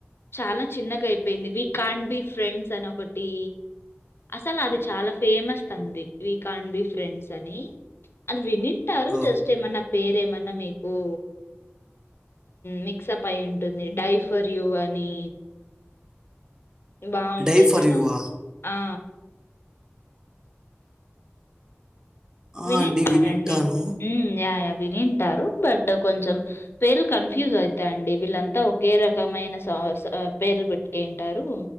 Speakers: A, on the left; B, on the right.
A: చాలా చిన్నగా అయిపోయింది వి కాన్ బి ఫ్రెండ్స్ అని ఒకటి అసలు అది చాలా ఫేమస్ అంది వి కాన్ బి ఫ్రెండ్స్ అని అది విని ఉంటారు
B: ఓహ్!
A: జస్ట్ ఏమన్నా పేరు ఏమన్నా మీ ఓ మిక్సప్ అయి ఉంటుంది డైఫర్ యూ అని బాగుంటాయి
B: 'డై ఫర్
A: తనుప్పుడు
B: యూ' ఆ?
A: ఆ
B: ఆ!
A: వినింటారండి
B: అండి వినుంటాను.
A: హు యాయా వింటారు బట్ కొంచెం పేర్లు కన్ఫ్యూజ్ అవుతాయిండి వీళ్ళంతా ఒకే రకమైన సాస ఆ పేర్లు పెట్టుకు ఉంటారు